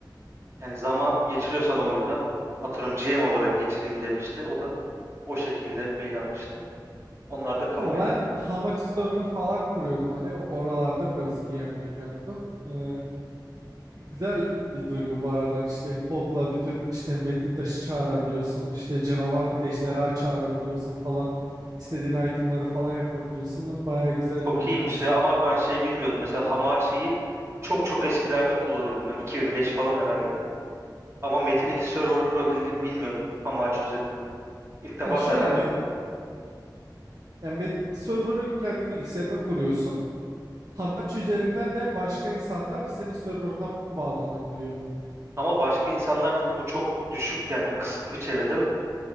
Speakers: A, on the right; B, on the right.
A: Yani zaman geçiriyorsan oyunda atıyorum GM olarak geçireyim demişti. O da o şekilde mail atmıştı. Onlar da kabul
B: Ha, ben
A: ettiler.
B: Hamachi server falan kuruyordum hani oralarda biraz GM'lik yaptım. E, Güzel bir duygu bu aradan işte kodla bütün işte metin taşı çağırabiliyorsun işte canavar ejderha çağırabiliyorsun falan istediğin itemları falan yapabiliyorsun baya güzel
A: Çok
B: bir
A: iyiymiş
B: his.
A: ya ama ben şey bilmiyordum. Mesela Hamachi'yi çok çok eskilerde kullanıyordum ben. 2005 falan herhalde. Ama Metin 2 server'ı kurabildiğimi bilmiyordum Hamachi üzerinden. İlk defa
B: Ya şöyle
A: senden
B: hani
A: duydum.
B: embed server'ı kendi bilgisayarına kuruyorsun tam aç üzerinden de başka insanlar senin server'ına bağlanabiliyor.
A: Ama başka insanlar dedi bu çok düşük yani kısıtlı bir çevre değil mi?